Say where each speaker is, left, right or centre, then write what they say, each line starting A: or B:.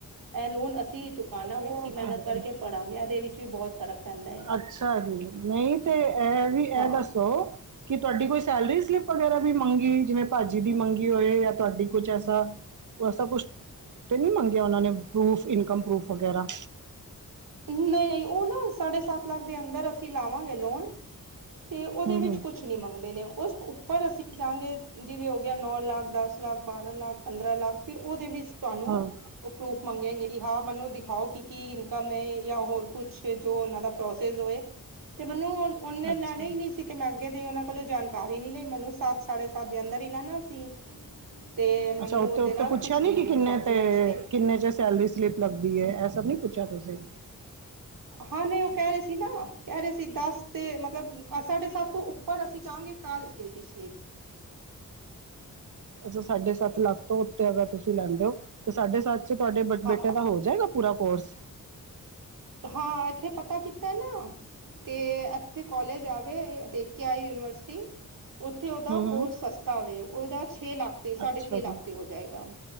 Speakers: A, on the right (about 80°); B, on the right (about 65°).
A: ਐਹ ਲੋਨ ਅਸੀਂ ਚੁਕਾਣਾ
B: ਉਹ
A: ਦੇ, ਅਸੀਂ ਮਿਹਨਤ
B: ਤਾਂ ਹੈ
A: ਕਰਕੇ ਪੜਾਂਗੇ ਐਦੇ ਵਿੱਚ ਵੀ ਬਹੁਤ ਫ਼ਰਕ ਪੈਂਦਾ ਏ।
B: ਅੱਛਾ ਜੀ, ਨਹੀਂ ਤੇ ਐਹ ਵੀ
A: ਹਾਂ
B: ਐ ਦੱਸੋ ਕਿ ਤੁਹਾਡੀ ਕੋਈ ਸੈਲਰੀ ਸਲਿੱਪ ਵਗੈਰਾ ਵੀ ਮੰਗੀ ਜਿਵੇਂ ਭਾਜੀ ਦੀ ਮੰਗੀ ਹੋਏ ਜਾਂ ਤੁਹਾਡੀ ਕੁਛ ਐਸਾ ਐਸਾ ਕੁਛ ਤੇ ਨਹੀਂ ਮੰਗਿਆ ਉਹਨਾਂ ਨੇ ਪਰੂਫ ਇਨਕਮ ਪਰੂਫ ਵਗੈਰਾ
A: ਨਹੀਂ -ਨਹੀਂ ਉਹ ਨਾ ਸਾਢੇ ਸੱਤ ਲੱਖ ਦੇ ਅੰਦਰ ਅਸੀਂ ਲਾਵਾਂਗੇ ਲੋਨ ਤੇ ਉਹਦੇ
B: ਹੂੰ
A: ਵਿੱਚ
B: ਹੂੰ
A: ਕੁਛ ਨਹੀਂ ਮੰਗਦੇ ਨੇ ਉਸ ਉੱਪਰ ਅਸੀਂ ਜਾਵਾਂਗੇ ਜਿਵੇਂ ਹੋ ਗਿਆ ਨੌ ਲੱਖ, ਦਸ ਲੱਖ, ਬਾਰਾਂ ਲੱਖ, ਪੰਦਰਾਂ ਲੱਖ ਫਿਰ ਉਹਦੇ ਵਿੱਚ ਤੁਹਾਨੂੰ
B: ਹਾਂ
A: ਉਹ ਪਰੂਫ ਮੰਗਗੇ ਕਿ ਹਾਂ ਮੈਨੂੰ ਦਿਖਾਓ ਕਿ ਕੀ ਇਨਕਮ ਹੈ ਜਾਂ ਹੋਰ ਕੁਛ ਜੋ ਉਹਨਾਂ ਦਾ ਪ੍ਰੋਸੈਸ ਹੋਏ ਤੇ ਮੈਨੂੰ ਉਹਨੇ
B: ਅੱਛਾ
A: ਲੈਣੇ ਹੀ ਨੀ ਸੀ ਤੇ ਮੈਂ ਅੱਗੇ ਦੀ ਉਹਨਾਂ ਕੋਲੋਂ ਜਾਣਕਾਰੀ ਨੀ ਲਈ ਮੈਨੂੰ ਸੱਤ ਸਾਡੇ ਸਾਤ ਦੇ ਅੰਦਰ ਹੀ ਲੈਣਾ ਸੀ ਤੇ ਮੈਨੂੰ
B: ਅੱਛਾ ਉੱਤੇ
A: ਉਹਦੇ
B: ਉੱਤੇ
A: ਨਾਲ
B: ਪੁੱਛਿਆ
A: ਕੁਛ
B: ਨਹੀਂ
A: ਨੀ ਉਹਨੂੰ
B: ਕਿ ਕਿੰਨੇ
A: ਡਾਕੂਮੈਂਟ
B: ਤੇ ਕਿੰਨੇ ਚ ਸੈਲਰੀ ਸਲਿਪ ਲੱਗਦੀ ਹੈ, ਇਹ ਸਭ ਨੀ ਪੁੱਛਿਆ ਤੁਸੀਂ
A: ਹਾਂ ਨਹੀਂ ਉਹ ਕਹਿ ਰਹੇ ਸੀ ਨਾ ਕਹਿ ਰਹੇ ਸੀ ਦਸ ਤੇ ਮਤਲਬ ਸਾਢੇ ਸੱਤ ਤੋਂ ਉੱਪਰ ਅਸੀਂ ਜਾਵਾਂਗੇ ਤਾਂ ਲੱਗੇਗੀ ਸਲਿੱਪ
B: ਅੱਛਾ ਸਾਢੇ ਸੱਤ ਲੱਖ ਤੋਂ ਉੱਤੇ ਅਗਰ ਤੁਸੀਂ ਲੈਂਦੇ ਹੋ ਤੇ ਸਾਡੇ ਸੱਤ ਚ' ਤੁਹਾਡੇ
A: ਹਾਂ
B: ਬੇਟੇ ਦਾ ਹੋ ਜਾਏਗਾ ਪੂਰਾ ਕੋਰਸ।
A: ਹਾਂ ਇੱਥੇ ਪਤਾ ਕੀਤਾ ਨਾ ਤੇ ਇਥੇ ਕਾਲਜ ਆਵੇ ਦੇਖ ਕੇ ਆ ਯੂਨੀਵਰਸਿਟੀ। ਉਓਥੇ ਓਦਾ
B: ਹੂੰ ਹੂੰ
A: ਕੋਰਸ ਸਸਤਾ ਹੋ ਓਦਾ ਛੇ ਲੱਖ ਤੇ ਸਾਡੇ
B: ਅੱਛਾ
A: ਛੇ ਲੱਖ
B: ਜੀ
A: ਤੇ ਹੋ ਜਾਵੇਗਾ।